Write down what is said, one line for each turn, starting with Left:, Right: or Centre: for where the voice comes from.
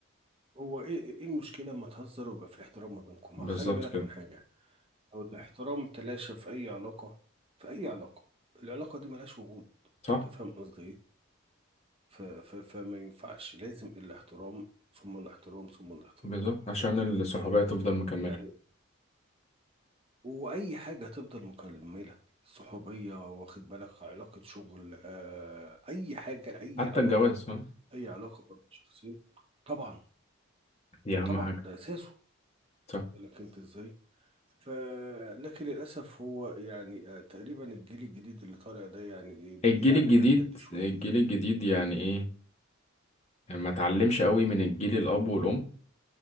Right: هو ايه ايه المشكله اما تهزر ويبقى في احترام ما بينكم
Left: بالظبط
Right: ما خلي بالك
Left: كده
Right: من حاجه او الاحترام تلاشى في اي علاقه في اي علاقه العلاقه دي ملهاش وجود
Left: صح
Right: انت فاهم قصدي ايه ف ف فما ينفعش لازم الاحترام ثم الاحترام ثم الاحترام
Left: بالظبط
Right: واخد
Left: عشان
Right: بالك
Left: الصحوبيه
Right: ازاي
Left: تفضل مكمله
Right: يعني واي حاجه تفضل مكمله صحوبيه واخد بالك علاقه شغل آه اي حاجه اي
Left: حتى
Right: علاقه
Left: الجواز فاهم
Right: اي علاقه بين شخصين طبعا
Left: دي اهم
Right: طبعا
Left: حاجه
Right: ده اساسه
Left: صح
Right: لكن انت ازاي ف لكن للاسف هو يعني آه تقريبا الجيل الجديد اللي طالع ده يعني إيه، بعيد
Left: الجيل
Right: عن
Left: الجديد
Right: الحاجات دي شويه
Left: الجيل
Right: يعني
Left: الجديد يعني ايه ما اتعلمش قوي من الجيل الاب والام